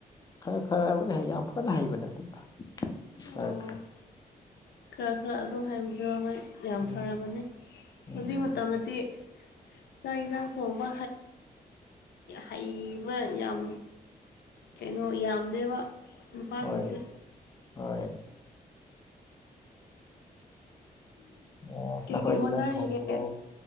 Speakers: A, on the left; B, on the left.
A: ꯈꯔ ꯈꯔꯕꯨꯗꯤ ꯍꯩ ꯌꯥꯝ ꯀꯟꯅ ꯍꯩꯕ ꯅꯠꯇꯦꯗ ꯑ
B: ꯑꯣ
A: ꯈꯔ
B: ꯈꯔ ꯈꯔ ꯑꯗꯨꯝ ꯍꯩꯕꯗꯣ ꯍꯣꯏ ꯌꯥꯝ
A: ꯎꯝ
B: ꯐꯔꯕꯅꯤ
A: ꯎꯝ
B: ꯍꯧꯖꯤꯛ ꯃꯇꯝꯗꯤ ꯆꯥꯛ ꯌꯦꯟꯁꯥꯡ ꯊꯣꯡꯕ ꯍꯩꯕ ꯌꯥꯝ ꯀꯩꯅꯣ ꯌꯥꯝꯗꯦꯕ ꯅꯨꯄꯥꯁꯤꯡꯁꯦ
A: ꯍꯣꯏ ꯍꯣꯏ ꯑꯣ
B: ꯀꯩꯀꯩ
A: ꯅꯈꯣꯏꯗꯤ
B: ꯍꯣꯠꯅꯔꯤꯒꯦ
A: ꯅꯪ ꯊꯣꯡꯕ꯭ꯔꯣ